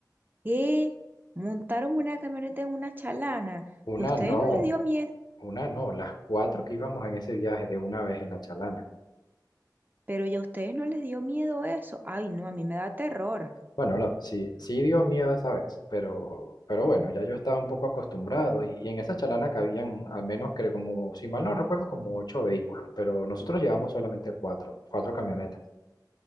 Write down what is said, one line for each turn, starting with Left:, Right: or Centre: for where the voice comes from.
Right: ¿Qué? Montaron una camioneta en una chalana
Left: Una
Right: y a ustedes
Left: no,
Right: no les dio miedo,
Left: Una no, las cuatro que íbamos en ese viaje de una vez en la Chalana.
Right: pero ya a ustedes no les dio miedo eso. Ay, no, a mí me da terror.
Left: Bueno, no, sí, sí dio miedo esa vez, pero, pero bueno, ya yo estaba un poco acostumbrado y, y en esa Chalana cabían al menos que como, si mal no recuerdo, como ocho vehículos, pero nosotros llevamos solamente cuatro, cuatro camionetas.